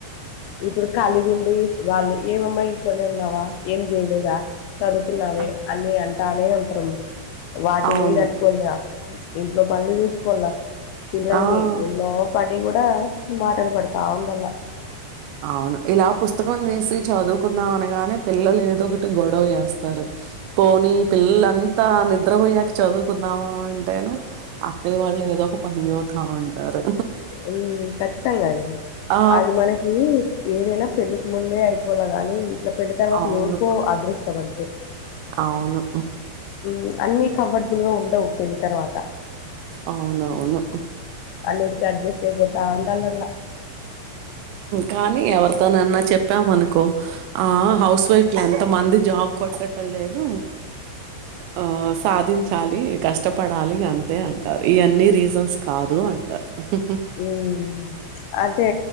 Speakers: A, on the left; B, on the right.
A: ఇప్పుడు ఖాళీగుండి వాళ్ళు ఏమమ్మా ఇంట్లోనే ఉన్నావా ఏం జేయలేదా చదుకున్నావే
B: ఆ!
A: అని అం తానే ఉంట్రు వాటిని
B: అవును.
A: కట్టుకోన ఇంట్లో పనులు జూస్ కొల పిల్లలని
B: ఆ!
A: ఎన్నో పడ్ నీ కూడా మాటలు పడతా ఉండలా
B: అవును ఇలా పుస్తకం దీసి చదువుకుందాం అనగానే పిల్లలు ఏదో ఒకటి గొడవ జేస్తారు పోనీ పిల్లలంతా నిద్రపోయ్యాక చదువుకుందావా అంటేను అత్తయ్య వాళ్ళు ఏదో ఒక పని చబుతా ఉంటారు
A: ఉమ్ ఖచ్చితంగా అండీ
B: ఆ!
A: అది మనకి ఏదైనా పెళ్లికి ముందే అయిపోల గాని ఇట్లా పెళ్ళ తర్వాత
B: అవును.
A: ఎవరికో అదృష్టం అంతే
B: అవును.
A: ఊ అన్ని కంఫర్టబుల్ గా ఉ డవ్ పెళ్ళి తర్వాత
B: అవునవును
A: అల్ ఇడికి అడ్జస్ట్ అయిపోతే రా అంటన్నారగ
B: కానీ ఎవరితోనన్న చెప్పాం మనకో ఆ హౌస్ వైఫ్ లన్ కొంతమంది జాబ్ కొట్టడం లేదు ఆ సాధించాలి కష్టపడాలి అంతే అంటారు ఈ అన్ని రీజన్స్ కాదు అంటారు <unintelligible>
A: హ్మ్ అంటే